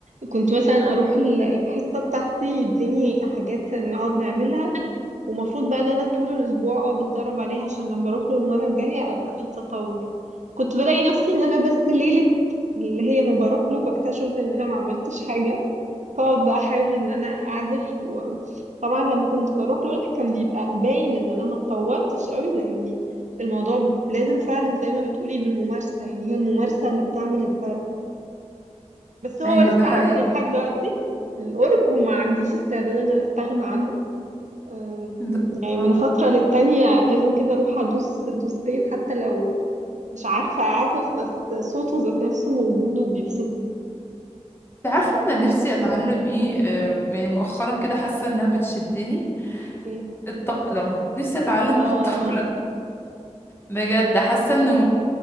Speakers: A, on the right; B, on the left.
A: كنت مثلا اروح ال- الحصه بتاعتي يديني حاجات نقعد نعملها ومفروض بقى ان انا طول الاسبوع اقعد اتدرب عليها عشان لما اروح له المره الجايه ابقى في تطور كنت بلاقي نفسي ان انا بس ليله اللي هي ما بروح له بكتشف ان انا ما عملتش حاجه فاقعد بقى احاول ان انا اعزف وطبعا لما كنت بروح له لا كان بيبقى باين ان انا ما اتطورتش قوي لاني الموضوع ب- لازم فعلا زي ما بتقولي بالممارسة يعني هي الممارسة اللي بتعمل الفرق بس هو
B: ايوه
A: لسه
B: ده حقيقي
A: عندي لحد دلوقتي الأورج وما عنديش استعداد ان انا استغنى عنه أم،
B: ده
A: يعني من
B: آه.
A: فترة للتانية لازم كده اروح ادوس دوستين حتى لو مش عارفة اعزف بس صوته ذات نفسه ووجوده بيبسطني
B: انت عارفه انا نفسي اتعلم ايه آه، يعني مؤخرا كده حاسه انها بتشدني
A: إيه.
B: الطبله نفسي اتعلم
A: اه
B: <laughs> الطبله بجد حاسه انه